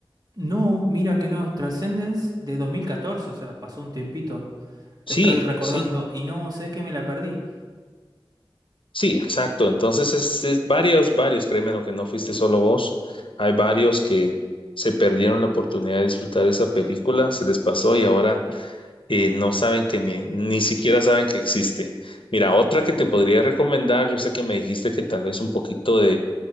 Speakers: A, on the right (about 45°); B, on the left (about 65°).
A: No, mira que no. Transcendence de 2014, o sea, pasó un tiempito. Estaba
B: Sí,
A: recordando
B: sí,
A: y no sé que me la perdí.
B: sí, exacto. Entonces es, es varios, varios, créeme lo que no fuiste solo vos. Hay varios que se perdieron la oportunidad de disfrutar esa película, se les pasó y ahora eh, no saben que ni, ni siquiera saben que existe. Mira, otra que te podría recomendar, yo sé que me dijiste que tal vez un poquito de,